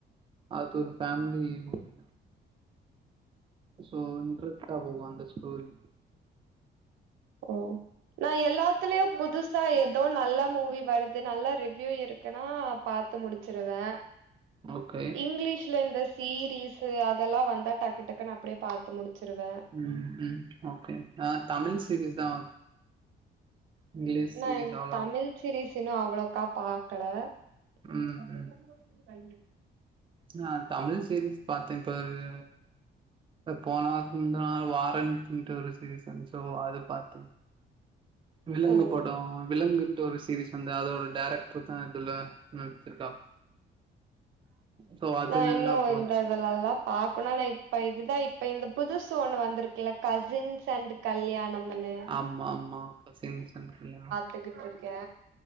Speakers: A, on the right; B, on the right.
A: அது ஒரு பேமிலி இது சோ இன்ட்ரெஸ்ட்டா போகு அந்த ஸ்டோரி
B: ஓ நா எல்லாத்துலயு புதுஸ் ஸா ஏதோ நல்லா மூவி வருது நல்லா ரிவ்யூ இருக்குன்னா பாத்து முடிச்சிருவே
A: ஓகே
B: இங்கிலிஷ்ல இந்த சீரீயஸ்ஸு அதெல்லா வந்தா டக்கு டக்கு அப்டியே பாத்து முடிச்சிருவே
A: ம் ம் ஓகே நா தமிழ் சீரீயல் தா இங்கிலிஷ்
B: நா
A: சீரிஸ் அவ்லா
B: தமிழ்
A: <unintelligible>
B: சீரீஸ் இன்னு அவ்ளோக்கா பாக்கல <unintelligible>
A: ம் ம் நா தமிழ் சீரிஸ் பாத்தே இப்ப ஒரு போன வாரத்துக்கு முந்தின வாரோ வாரண்ட்டுட்டு ஒரு சீரிஸ் இருந்துச்சு சோ அது பாத்தே <unintelligible> விலங்கு
B: ஓ
A: படம் விலங்கு டோரிஸ் சீரீஸ் வந்து அதோட டேரக்டர் தா இதுல நடிச்சிருக்கா சோ அது
B: நா
A: நல்லா
B: இன்னு
A: போச்சு
B: இந்த இதலல்லா பாக்கணு இப்ப இதுதா இப்ப இந்த புதுசு ஒண்ணு வந்திருக்குல கசின்ஸ் அண்ட் கல்யாணம்ன்னு
A: அம்மா அம்மா கசின் அண்ட் <unintelligible>
B: கத்துகிட்டு இருக்கே